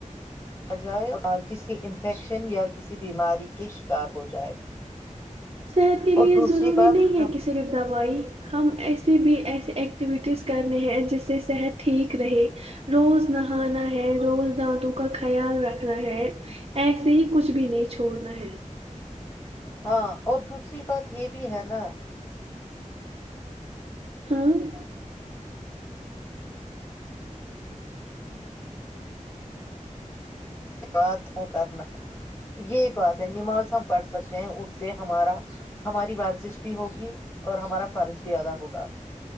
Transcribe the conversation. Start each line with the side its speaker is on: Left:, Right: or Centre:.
Left: جائے اور کسی انفیکشن یا کسی بیماری کے شکار ہو جائے <unintelligible>
Right: صحت کے لیے
Left: اور دوسری
Right: ضروری
Left: بات
Right: نہیں ہے
Left: ہم
Right: کہ صرف دوائی ہم ایسے کسی بھی ایسی ایکٹیویٹیز کرنی ہیں جس سے صحت ٹھیک رہے روز نہانا ہے روز دانتوں کا خیال رکھنا ہے ایسے ہی کچھ بھی نہیں چھوڑنا ہے <unintelligible>
Left: ہاں اور دوسری بات یہ بھی ہے نا
Right: ہاں <inaudible>
Left: بات ہوں کرنا یہ بات ہے نماز ہم پڑھ سکتے ہیں اس سے ہمارا ہماری ورزش <unintelligible> بھی ہوگی اور ہمارا فرض بھی زیادا ہوگا